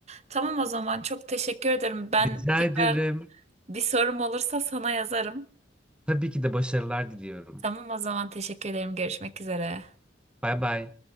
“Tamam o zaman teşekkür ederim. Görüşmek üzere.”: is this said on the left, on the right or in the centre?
Right